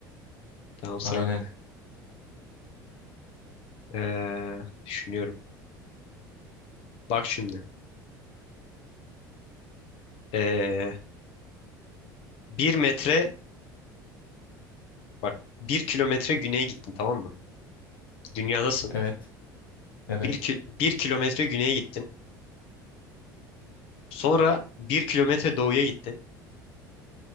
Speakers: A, on the left; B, on the left.
A: Tamam sıra.
B: Aynen.
A: bende. Ee, düşünüyorum. Bak şimdi. Ee, Bir metre bak bir kilometre güneye gittin tamam mı? Dünyadasın.
B: Evet. Evet.
A: Bir, ki- bir kilometre güneye gittin. Sonra bir kilometre doğuya gittin.